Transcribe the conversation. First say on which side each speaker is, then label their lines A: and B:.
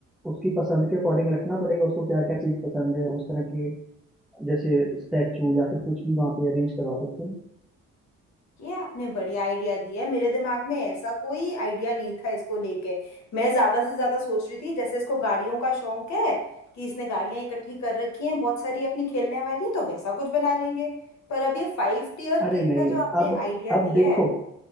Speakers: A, in the centre; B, on the left (about 60°).
A: उसकी पसंद के अकॉर्डिंग रखना पड़ेगा उसको क्या क्या चीज़ पसंद है उस तरह के जैसे स्टैचू या फिर कुछ भी वहाँ पे अरेंज करवा सकते हैं
B: ये आपने बढ़िया आइडिया दिया है मेरे दिमाग में ऐसा कोई आइडिया नहीं था इसको लेके मैं ज्यादा से ज्यादा सोच रही थी जैसे इसको गाड़ियों का शौक है कि इसने गाड़ियां इकट्ठी कर रखी हैं बहुत सारी अपनी खेलने वाली तो वैसा कुछ बना लेंगे पर अब ये फाइव टीयर
A: अरे
B: केक
A: नहीं
B: का जो आपने
A: अब
B: आइडिया
A: अब
B: दिया
A: देखो
B: है